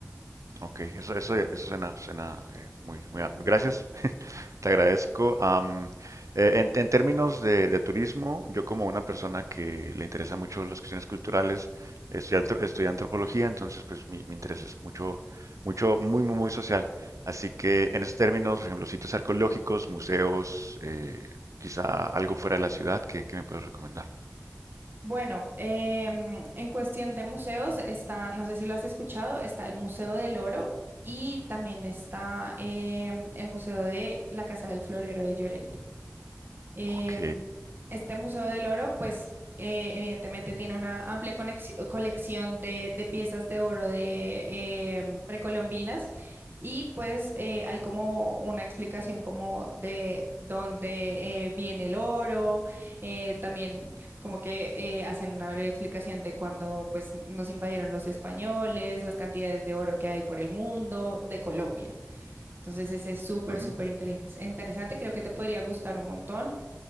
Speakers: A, on the right (about 80°); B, on the right (about 45°).
A: Ok, eso, eso, eso suena, suena eh, muy, muy... a- Gracias, <laughs> te agradezco. Am, eh, en, en términos de, de turismo, yo como una persona que le interesa mucho las cuestiones culturales, estudié, antro- estudié antropología, entonces pues mi, mi interés es mucho, mucho, muy, muy, muy social. Así que en esos términos, por ejemplo, sitios arqueológicos, museos, eh, quizá algo fuera de la ciudad, ¿qué, qué me puedes recomendar?
B: Bueno, em, en cuestión de museos está, no sé si lo has escuchado, está el Museo del Oro y también está em, el Museo de la Casa del Florero de Llorente. Em,
A: Ok.
B: este Museo del Oro, pues eh, evidentemente tiene una amplia conex- colección de, de piezas de oro de em, precolombinas y pues eh, hay como una explicación como de dónde eh, viene el oro, eh, también como que eh, hacen una breve explicación de cuando pues nos invadieron los españoles, las cantidades de oro que hay por el mundo, de Colombia. Entonces ese es súper,
A: Ujú.
B: súper interes- interesante, creo que te podría gustar un montón.